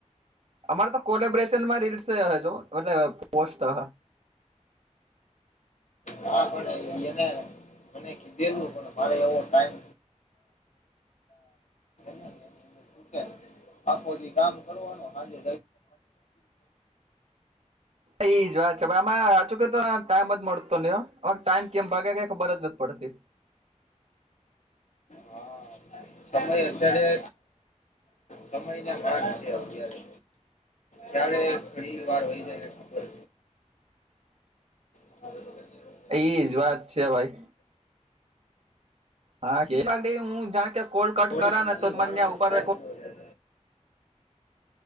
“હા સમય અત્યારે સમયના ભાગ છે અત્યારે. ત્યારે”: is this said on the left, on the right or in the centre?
Left